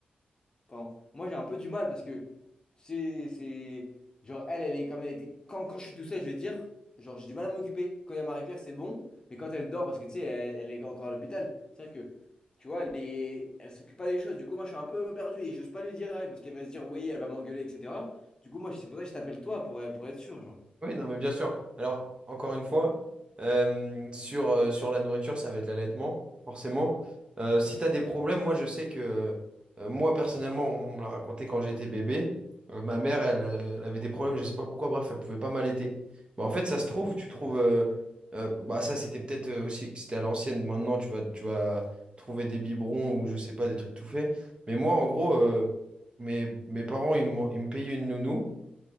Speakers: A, on the left; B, on the right.
A: enfin, moi j'ai un peu du mal parce que, tu sais, c'est. Genre, elle, elle est comme elle était. Quand, quand je suis tout seul, je vais dire, genre, j'ai du mal à m'occuper. Quand il y a Marie-Pierre, c'est bon, mais quand elle dort, parce que tu sais, elle, elle est encore à l'hôpital, c'est vrai que, tu vois, elle est... elle s'occupe pas des choses. Du coup, moi, je suis un peu perdu et j'ose pas lui dire à elle parce qu'elle va se dire, oui, elle va m'engueuler, etc. Du coup, moi, c'est pour ça que je t'appelle toi pour, pour être sûr, genre.
B: Oui, non, mais bien sûr. Alors, encore une fois, euh, sur, euh, sur la nourriture, ça va être l'allaitement, forcément. Euh, si tu as des problèmes, moi, je sais que, euh, moi, personnellement, on me l'a raconté quand j'étais bébé. Euh, ma mère, elle, euh, elle avait des problèmes, je sais pas pourquoi, bref, elle pouvait pas m'allaiter. Bah, en fait, ça se trouve, tu trouves. euh, euh, bah, ça, c'était peut-être euh, aussi que c'était à l'ancienne. Maintenant, tu vas, tu vas trouver des biberons ou je sais pas, des trucs tout faits. Mais moi, en gros, euh, mes, mes parents, ils m'ont- ils me payaient une nounou,